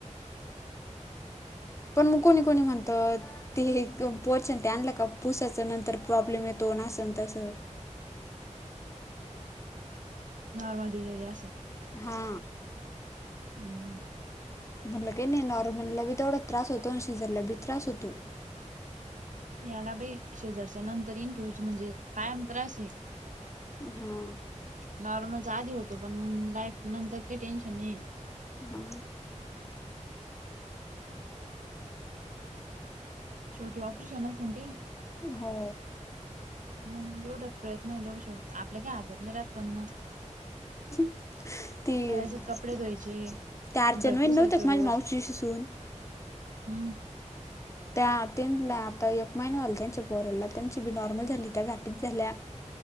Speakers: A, on the left; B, on the right.
A: पण मग कोणी कोणी म्हणतात. ते हे पोहचन ते आणलं का पुसाच नंतर प्रॉब्लेम येतो ना अस तसं.
B: नॉर्मल डिलिव्हरी असं.
A: हा.
B: हम्म.
A: म्हटलं का नाही नॉर्मललाभी तेवढाच त्रास होतो, आणि सिजरला बी त्रास होतो.
B: याला बाई सिजर चा नंतर येईन पिवायच म्हणजे काय आम त्रास आहे.
A: हा.
B: नॉर्मलचा आधी होतो पण मग लाईफ नंतर काही टेन्शन नाहीये.
A: हा.
B: शेवटी ऑपरेशनच आहे ना ते.
A: हो
B: मग जेवढच प्रयत्न हो तेवढ श आपल्या काय हातात नाही राहत पण मग.
A: <inaudible> ती
B: करायचं
A: ते अर्चना
B: कपडे धुवायचे घर
A: वहिनी
B: पुसायचं
A: नव्हते का
B: रोज
A: माझ्या मावशीच्या सून.
B: हम्म.
A: त्या त्यांना आता एक महिना झाला, त्यांच्या पोराला त्यांची बिनॉर्मल झाली त्या गाठी झाल्या.